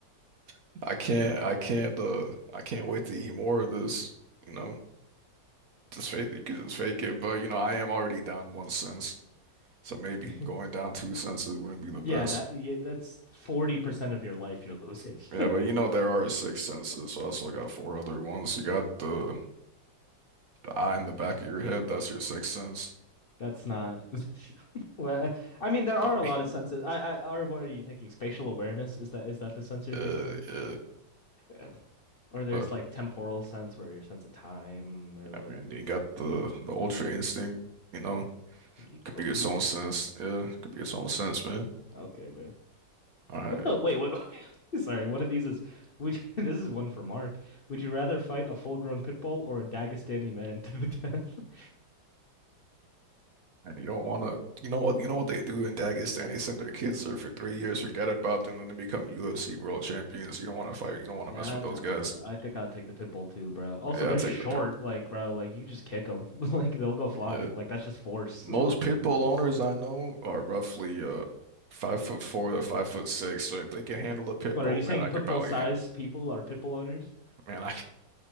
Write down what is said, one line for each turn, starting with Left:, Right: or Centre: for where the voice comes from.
Right: <laughs> I can't I can't uh I can't wait to eat more of this, you know. Just fake you could just fake it, but you know, I am already down one sense. So maybe
Left: <laughs>
Right: going down two senses wouldn't be the best.
Left: Yeah, that, yeah, that's 40% of your life you're losing. <laughs>
Right: Yeah, but you know there are six senses, so I still got four other ones. You got the the eye in the back of your head, that's your sixth sense.
Left: That's not, <laughs> well, I mean, there are
Right: I
Left: a lot
Right: mean,
Left: of senses. I, I, are what are you thinking? Spatial awareness? Is that, is that the sense you're
Right: <laughs>
Left: thinking
Right: uh,
Left: of?
Right: yeah.
Left: Yeah. Or there's
Right: But
Left: like temporal sense where your sense of time or
Right: yeah,
Left: like
Right: I mean, you got the the ultra instinct, you know,
Left: you
Right: could
Left: Goku.
Right: be its own sense. Yeah, could be its own sense, man.
Left: Okay, but
Right: All right.
Left: what the wait, wait, <laughs> sorry, one of these is would you, <laughs> this is one for Mark. Would you rather fight a full-grown pit bull or a Dagestani man <laughs> to the death? <laughs>
Right: And you don't wanna you know what you know what they do in Dagestan? They send their kids there for three years, forget about them, then they become UFC world champions. You don't wanna fight, you don't wanna
Left: Yeah,
Right: mess with
Left: I
Right: those
Left: know,
Right: guys.
Left: bro. I think I'd take the pit bull too, bro. Also,
Right: Yeah,
Left: they're
Right: I take
Left: short,
Right: the pip.
Left: like, bro, like you just kick them. <laughs> Like they'll go flying.
Right: Yeah.
Left: Like that's just force.
Right: Most
Left: <laughs>
Right: pit bull owners I know are roughly uh five foot four to five foot six. So if they can handle a pit
Left: What
Right: bull,
Left: are you saying
Right: man, I
Left: pit
Right: could
Left: bull
Right: probably
Left: size
Right: handle.
Left: people are pit bull owners?
Right: Man, I